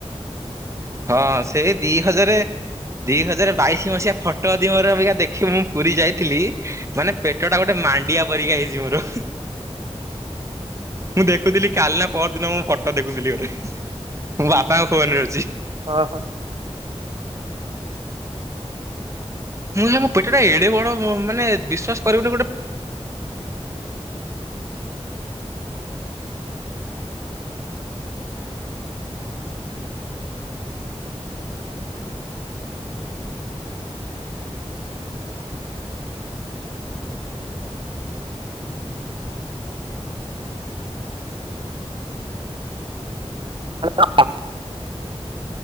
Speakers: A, on the right; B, on the right.
A: ହଁ ସେଇ ଦି ହଜାର ଦି ହଜାର ବାଇଶି ମସିହା ଫଟୋ ଅ ଦିମରେିକା ଦେଖିବ ମୁଁ ପୁରୀ ଯାଇଥିଲି ମାନେ ପେଟ ଟା ଗୋଟେ ମାଣ୍ଡିଆ ପରିକା ହେଇଛି ମୋର ମୁଁ ଦେଖୁଥିଲି କାଲନା ପରଦିନ ମୁଁ ଫଟୋ ଦେଖୁଥିଲି ଗୋଟରେ ମୋ ବାପାଙ୍କ ଫୋନ ରେ ଅଛି
B: ହଁ ହଁ
A: ମୁଁ ମୋ ପେଟା ଟା ଏଡେ ବଡ ମାନେ ବିଶ୍ାସ କରିବୁନି ଗୋଟେ
B: ହ